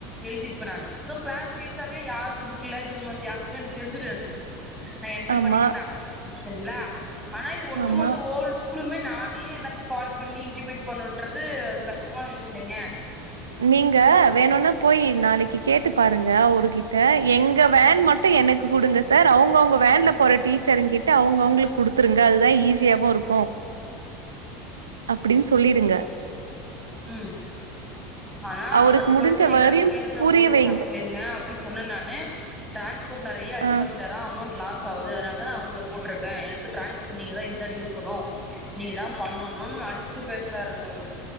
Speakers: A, in the centre; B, on the right.
A: எழுதிருப்ப நானு சோ கிளாஸ் வைஸாவே யாரு குடுக்கல ஜூன் மன்த்து யாருக்கு வேணு எனக்கு தெரிஞ்சிடு எனக்கு நா என்ட்ரி
B: ஆமா,
A: பண்ணிக்குந்தா செரிங்களா ஆனா இது ஒட்டுமொத்த
B: ஆமா.
A: ஓல்டு ஸ் கூலுமே நானே எல்லாத்துக்கு கால் பண்ணி இன்டிமேட் பண்ணுன்றது அது கஷ்டமான விஷ்யோ இல்லைங்க
B: நீங்க வேணுனா போயி நாளைக்கு கேட்டு பாருங்க அவருகிட்ட எங் க வேன் மட்டு எனக் க்கு குடுங்க சார் அவுங்க அவுங்க வேன்ல போற டீச்சர்ங்கிட்ட அவுங்க அவுங்களுக்கு குடுத்துருங்க அதுதா ஈஸி ஸியாவு இருக்கு அப்டினு சொல்லிடுங்க
A: உம் ஆனா
B: அவருக்கு
A: அது
B: முடிஞ்ச
A: சொல்ட என்னால
B: வரையும்
A: முடியாது நா
B: புரிய
A: ஓல்டு
B: வைங்க.
A: ஸ்டாஃபு இல்லிங்க அப்டினு சொன்ன நானு டிரான்ஸ்போர்ட் நெறையா அடி
B: ஆ
A: வாங்கிட்டாரா அமௌண்ட் லாஸ் ஆவுது அதனாலதா நா உங்கள போட்டுருக்க எனக்கு டிரான்ஸ்போர்ட் நீங்கதா இன்சார்ஜ் இருக்கணு நீ தா பண்ணணுன்னு அடிச்சி பேசுறாருங்க அவரு